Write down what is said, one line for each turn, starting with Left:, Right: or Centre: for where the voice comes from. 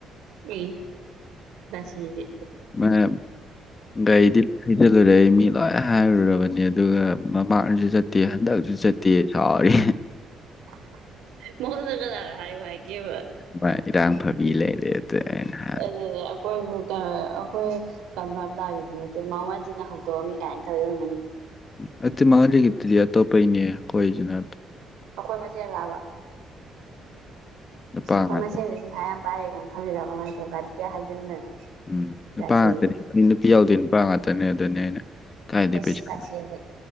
Right: ꯏ ꯔꯥꯁꯤ ꯗꯤ
Left: ꯃꯅ ꯒꯔꯤꯗꯤ ꯍꯤꯏꯖꯜꯂꯨꯔꯦ ꯍꯥꯏ ꯃꯤ ꯂꯣꯏ ꯍꯥꯏꯔꯨꯔꯕꯅꯤ ꯑꯗꯨꯒ ꯃꯃꯥꯡꯁꯨ ꯆꯠꯇꯦ ꯍꯟꯗꯛꯁꯨ ꯆꯠꯇꯦ ꯁꯥꯎꯔꯤ
Right: <inaudible> ꯃꯉꯣꯟꯗ ꯀꯅꯥꯅ ꯍꯥꯏꯌꯣ ꯍꯥꯏꯒꯦꯕ
Left: ꯃꯥꯏ ꯏꯔꯥꯡ ꯐꯕꯤ ꯂꯩꯔꯦ ꯑꯩꯅ ꯍꯥꯏ
Right: ꯑꯗꯨꯅꯦ ꯑꯩꯈꯣꯏꯕꯨ ꯀꯅꯥ ꯑꯩꯈꯣꯏ ꯀꯟꯐꯥꯝ ꯇꯥꯈꯤꯕꯗꯨ ꯅꯠꯇꯦ ꯃꯃꯖꯤꯠꯅ ꯍꯧꯗꯣꯛꯑꯃꯤ ꯀꯥꯏꯅ ꯇꯧꯔꯤ ꯑꯣꯏꯔꯝꯒꯅꯤ
Left: ꯅꯠꯇꯦ ꯃꯉꯣꯟꯗꯒꯤ ꯂꯤꯞꯇꯤ ꯑ ꯇꯣꯞꯄꯩꯅꯦ ꯑꯩꯈꯣꯏꯖꯤꯅ
Right: ꯑꯈꯣꯏ ꯃꯁꯦꯜꯂꯕ
Left: ꯅꯨꯄꯥ
Right: ꯏꯁ ꯑꯈꯣꯏ
Left: ꯉꯥꯛꯇ
Right: ꯃꯁꯦꯜꯁꯤ ꯄꯩꯁꯥ ꯌꯥꯝ ꯄꯥꯏꯔꯦ ꯀꯥꯏꯅ ꯈꯜꯂꯤꯔꯕ ꯃꯥꯏꯗꯣ ꯒꯥꯔꯤꯒ ꯍꯥꯏꯖꯤꯟꯗꯅ
Left: ꯎꯝ ꯅꯨꯄꯥ
Right: ꯔꯥꯁꯤꯗꯤ
Left: ꯉꯥꯛꯇꯅꯤ ꯑꯩ ꯅꯨꯄꯤ ꯌꯥꯎꯗꯦ ꯅꯨꯄꯥ ꯉꯥꯛꯇꯅꯦ ꯑꯗꯨꯅꯦ ꯑꯩꯅ ꯀꯥꯏꯗꯩ
Right: ꯏꯁ
Left: ꯄꯩꯁꯥ
Right: ꯔꯥꯁꯤꯗꯤ